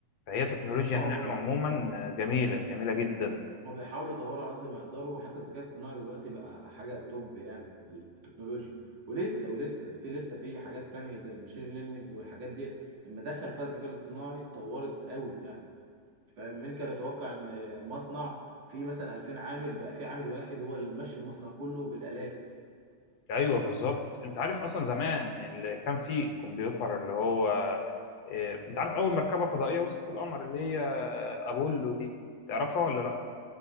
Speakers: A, on the left; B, on the right.
A: فهي تكنولوجيا
B: ما
A: النانو
B: هو بقول
A: عموما جميله جميله جدا
B: هو بيحاولوا يطوروا على قد ما يقدروا وحتى الذكاء الاصطناعي دلوقتي بقى حاجة توب يعني في ال- في التكنولوجيا ولسه ولسه ده في لسه في حاجات تانية زي المشين ليرنينج والحاجات ديت اما دخل فيها الذكاء الاصطناعي اتطورت قوي يعني فاهم مين كان يتوقع ان مصنع فيه مثلا 2000 عامل بقى في عامل واحد هو اللي ممشي المصنع كله بالآلات
A: ايوه بالظبط انت عارف اصلا زمان اللي كان فيه كمبيوتر اللي هو إيه، انت عارف اول مركبه فضائيه وصلت القمر اللي هي ابولو دي تعرفها ولا لا